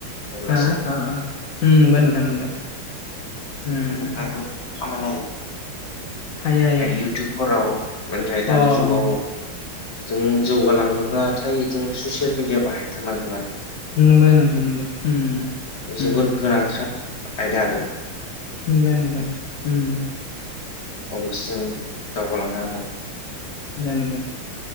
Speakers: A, on the left; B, on the left.
A: अब्लासो
B: हा ओ ओ उम नंगो नोंथां नंगो उम
A: <unintelligible> निफ्रायबो खामायनो हायो ओमफ्राय
B: हायो हायो
A: इउटुबफोराव ओमफ्राय
B: अ ओं
A: दानि जुगाव जों जौगाालांनोब्लाथाय जों ससियेल मिडिया बाहायथारनांगोन आरो
B: नोंगौ नोंगौ नोंगौ उम
A: आरो
B: उम
A: जोबोर गोनांथार आयदा आरो
B: नोंगो नोंगो उम
A: अब्लासो जों दावगालांनो हागोन।
B: <unintelligible>